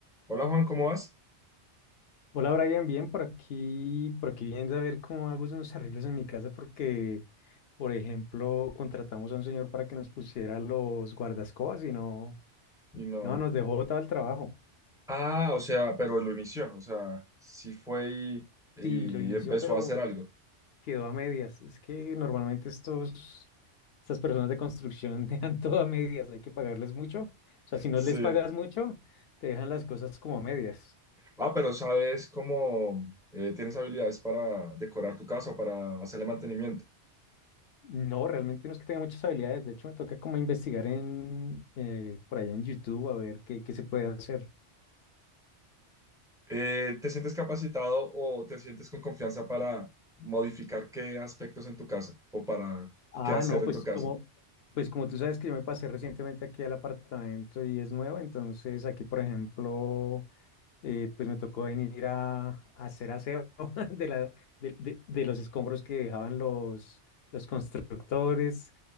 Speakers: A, in the centre; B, on the left.
A: Hola Juan, ¿cómo vas?
B: Hola Brian, bien por aquí, por aquí viendo a ver cómo hago unos arreglos en mi casa porque, por ejemplo, contratamos a un señor para que nos pusiera los guardascobas y no,
A: Y no.
B: no, nos dejó botado el trabajo.
A: Ah, o sea, pero lo inició, o sea, sí fue y, y
B: Sí, lo inició,
A: empezó
B: pero
A: a hacer algo.
B: quedó a medias. Es que normalmente estos, estas personas de construcción <laughs> dejan todo a medias, hay que pagarles mucho. O sea, si no
A: Sí.
B: les pagas mucho, te dejan las cosas como a medias.
A: Ah, pero ¿sabes cómo eh, tienes habilidades para decorar tu casa o para hacerle mantenimiento?
B: No, realmente no es que tenga muchas habilidades. De hecho, me toca como investigar en eh, por allá en YouTube a ver qué, qué se puede hacer.
A: Eh, ¿te sientes capacitado o te sientes con confianza para modificar qué aspectos en tu casa o para
B: Ah,
A: qué hacer
B: no,
A: en
B: pues
A: tu casa?
B: como, pues como tú sabes que yo me pasé recientemente aquí al apartamento y es nuevo, entonces aquí, por ejemplo, eh, pues me tocó venir a, a hacer aseo <laughs> de la, de, de- de los escombros que dejaban los, los constructores.